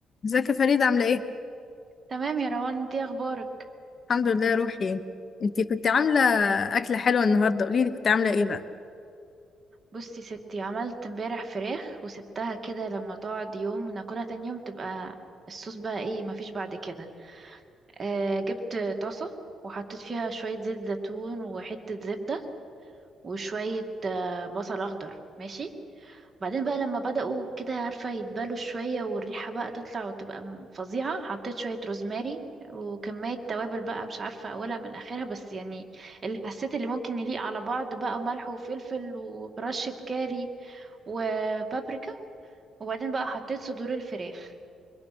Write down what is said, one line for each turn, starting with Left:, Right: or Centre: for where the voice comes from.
Left: ازيك يا فريدة عاملة ايه؟
Right: تمام يا روان انتي اخبارك
Left: الحمد لله يا روحي انتي كنت عاملة أكلة حلوة النهاردة قوليلي كنت عاملة ايه بقى؟
Right: بصي ستي عملت امبارح فراخ وسبتها كده لما تقعد يوم وناكلها تاني يوم تبقى الصوص بقى ايه مفيش بعد كده آه جبت طاسة وحطيت فيها شوية زيت زيتون وحتة زبدة وشوية آه بصل اخضر ماشي بعدين بقى لما بدأوا كده عارفة يتبالوا شوية والريحة بقى تطلع وتبقى م- فظيعة حطيت شوية روزماري وكمية توابل بقى مش عارفة أولها من آخرها بس يعني اللي حسيت اللي ممكن يليق على بعض بقى ملح وفلفل ورشة كاري وبابريكا وبعدين بقى حطيت صدور الفراخ